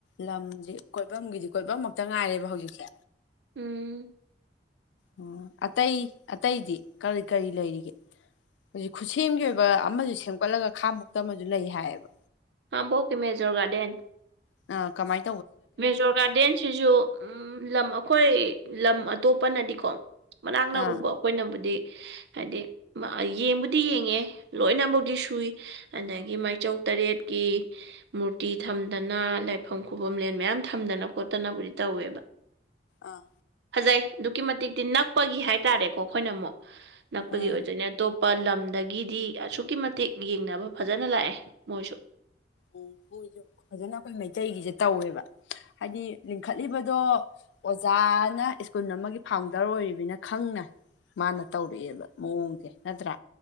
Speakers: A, on the left; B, on the right.
A: ꯂꯝꯗꯤ ꯀꯣꯏꯐꯝꯒꯤꯗꯤ ꯀꯣꯏꯐꯝꯃꯛꯇ ꯉꯥꯏꯔꯦꯕ ꯍꯧꯖꯤꯛꯁꯦ
B: ꯎꯝ
A: ꯑꯣ ꯑꯇꯩ ꯑꯇꯩꯗꯤ ꯀꯔꯤ ꯀꯔꯤ ꯂꯩꯔꯤꯒꯦ ꯍꯧꯖꯤꯛ ꯈꯨꯠꯁꯦꯝꯒꯤ ꯑꯣꯏꯕ ꯑꯃꯁꯨ ꯁꯦꯝꯒꯠꯂꯒ ꯈꯥ ꯃꯛꯇ ꯑꯃꯁꯨ ꯂꯩ ꯍꯥꯏꯌꯦꯕ
B: ꯍꯝꯕꯧ ꯀꯃꯦꯦꯖꯣꯔ ꯒꯥꯗꯦꯟ
A: ꯑ ꯀꯃꯥꯏ
B: ꯃꯦꯖꯣꯔ ꯒꯥꯔꯗꯦꯟꯁꯤꯁꯨ ꯂꯝ ꯑꯩꯈꯣꯏ ꯂꯝ ꯑꯇꯣꯞꯄꯅꯗꯤꯀꯣ ꯃꯅꯥꯛ ꯅꯛ
A: ꯑꯥ
B: ꯎꯕ ꯑꯩꯈꯣꯏꯅꯕꯨꯗꯤ ꯍꯥꯏꯗꯤ ꯌꯦꯡꯕꯨꯗꯤ ꯌꯦꯡꯉꯦ ꯂꯣꯏꯅꯐꯧꯗꯤ ꯁꯨꯏ ꯑꯗꯒꯤ ꯃꯥꯏꯆꯧ ꯇꯔꯦꯠꯀꯤ ꯃꯨꯔꯇꯤ ꯊꯝꯗꯅ ꯂꯥꯏꯐꯝ ꯈꯨꯕꯝ ꯃꯌꯥꯝ ꯊꯝꯗꯅ ꯈꯣꯠꯇꯅꯕꯨꯗꯤ ꯇꯧꯋꯦꯕ
A: ꯑꯥ
B: ꯐꯖꯩ ꯑꯗꯨꯛꯀꯤ ꯃꯇꯤꯛꯇꯤ ꯅꯛꯄꯒꯤ ꯍꯥꯏꯇꯥꯔꯦꯀꯣ ꯑꯩꯈꯣꯏꯅ ꯑꯃꯨꯛ ꯅꯛꯄꯒꯤ
A: ꯑꯥ
B: ꯑꯣꯏꯗꯣꯏꯅꯦ ꯑꯗꯣꯞ ꯂꯝꯗꯒꯤꯗꯤ ꯑꯁꯨꯛꯀꯤ ꯃꯇꯤꯛ ꯌꯦꯡꯅꯕ ꯐꯖꯅ ꯂꯥꯛꯑꯦ ꯃꯣꯏꯁꯨ
A: ꯎꯝ ꯃꯣꯏꯁꯨ ꯐꯖꯅ ꯑꯩꯈꯣꯏ ꯃꯩꯇꯩꯒꯤꯁꯦ ꯇꯧꯋꯦꯕ ꯍꯥꯏꯗꯤ ꯂꯤꯡꯈꯠꯂꯤꯕꯗꯣ ꯑꯣꯖꯥꯅ ꯁ꯭ꯀꯨꯜ ꯑꯃꯒꯤ ꯐꯥꯎꯟꯗꯔ ꯑꯣꯏꯔꯤꯕꯅꯤꯅ ꯈꯪꯅ ꯃꯥꯅ ꯇꯧꯔꯛꯑꯦꯕ ꯃꯑꯣꯡꯁꯦ ꯅꯠꯇ꯭ꯔꯥ